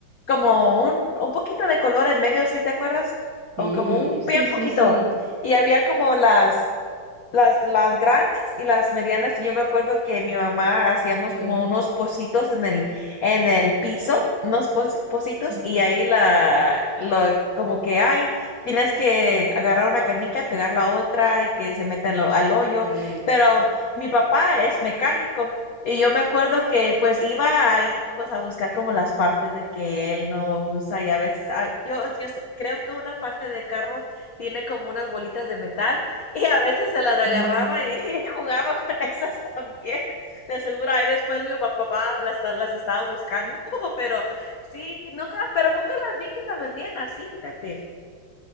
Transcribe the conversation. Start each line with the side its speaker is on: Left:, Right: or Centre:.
Left: como un, un poquito de color en medio, ¿sí te acuerdas? O
Right: Sí,
Left: como un
Right: sí,
Left: bien
Right: sí,
Left: poquito.
Right: sí.
Left: Y había como las las, las grandes y las medianas. y Yo me acuerdo que mi mamá hacíamos
Right: Sí.
Left: como unos pocitos en el, en el piso, unos poci- pocitos,
Right: Ujú.
Left: y ahí la, lo, como que, ay, tienes que agarrar una canica, pegar la otra y que se meta al, ho- al hoyo.
Right: Sí.
Left: Pero mi papá es mecánico y yo me acuerdo que pues iba ahí. pues a buscar como las partes de que él no usa y a veces ah, yo, yo s- creo que una parte de carro tiene como unas bolitas de metal y a veces se las agarraba
Right: Mm.
Left: y <laughs> jugaba con esas también. De seguro ahí después mi papá papá las, ta- las estaba buscando, <laughs> pero sí, nunca, pero nunca las vi que las vendían así, fíjate.